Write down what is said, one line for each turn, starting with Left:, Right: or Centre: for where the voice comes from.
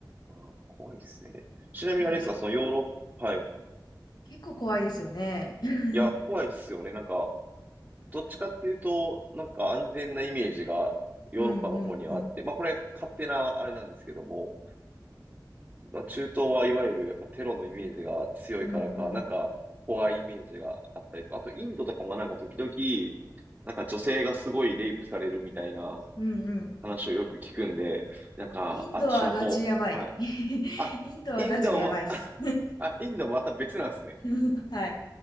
Right: あー怖いですね。ちなみにあれですか、
Left: いや、け、
Right: そのヨーロッパ、はい。
Left: 結構怖いですよね。<laughs>
Right: いや、怖いっすよね。なんか、どっちかっていうと、なんか安全なイメージがヨーロッパの方にはあって、
Left: うんうんうん。
Right: まあこれ勝手なあれなんですけども、まあ、中東はいわゆるやっぱテロのイメージが強いからか、
Left: うんうん。
Right: なんか怖いイメージがあったりとか、あとインドとかもなんか時々、なんか女性がすごいレイプされるみたいな
Left: うんうん。
Right: 話をよく聞くんで、なんかあっちの方、
Left: インドはガチやばい。
Right: はい。
Left: <laughs> インドはガチでやばいっす。
Right: あ、インドも、<laughs> あ、インドまた別なんですね。
Left: <laughs> はい。